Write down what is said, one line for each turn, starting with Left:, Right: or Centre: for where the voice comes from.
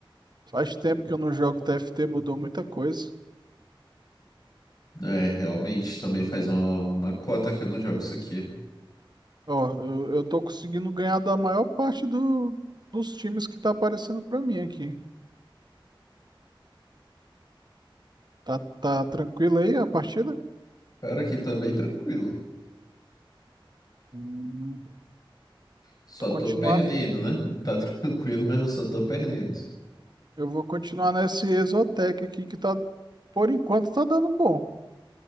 Right: Faz tempo que eu não jogo TFT, mudou muita coisa.
Left: É, realmente também faz uma, uma cota que eu não jogo isso aqui.
Right: Ó, eu, eu tô conseguindo ganhar da maior parte do, dos times que tá aparecendo pra mim aqui. Tá, tá tranquilo aí a partida?
Left: Cara, aqui tá bem tranquilo.
Right: Hum,
Left: Só
Right: tu continuar,
Left: tô perdendo, né? Tá <laughs> tranquilo, mas eu só tô perdendo.
Right: eu vou continuar nesse Exotec aqui que tá, por enquanto, tá dando bom.